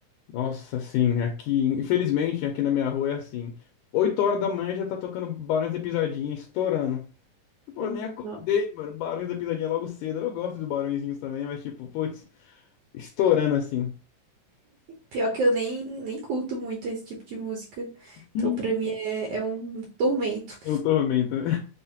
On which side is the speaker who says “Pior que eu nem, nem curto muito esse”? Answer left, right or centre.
Right